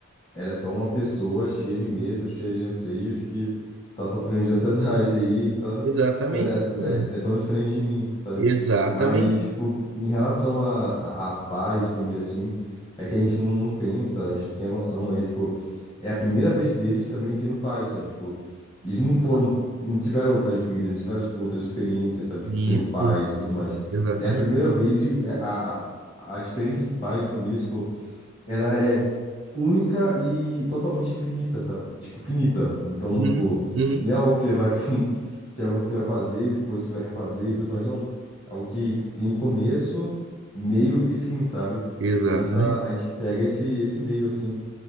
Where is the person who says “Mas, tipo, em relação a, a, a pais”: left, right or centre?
Left